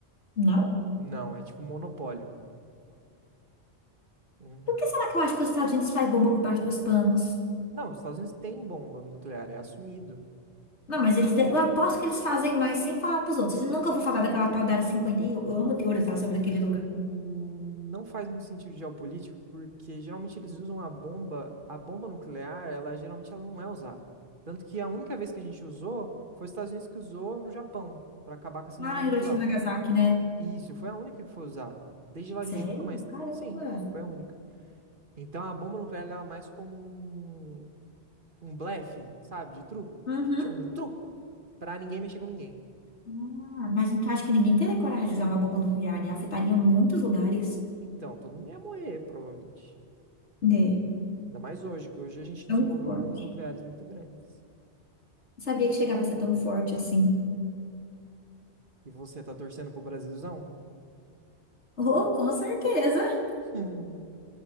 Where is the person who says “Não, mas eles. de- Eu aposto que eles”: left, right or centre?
Left